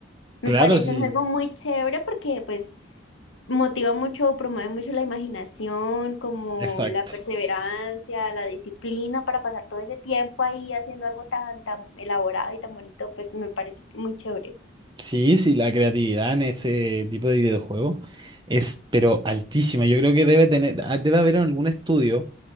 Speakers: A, on the left; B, on the right.
A: Me
B: Claro,
A: parece
B: sí,
A: un juego muy chévere porque pues motiva mucho, promueve mucho la imaginación, como
B: exacto.
A: la perseverancia, la disciplina para pasar todo ese tiempo ahí haciendo algo tan, tan elaborado y tan bonito, pues me parece muy chévere.
B: Sí, sí, la creatividad en ese tipo de videojuego es, pero altísima. Yo creo que debe tener, ah, debe haber algún estudio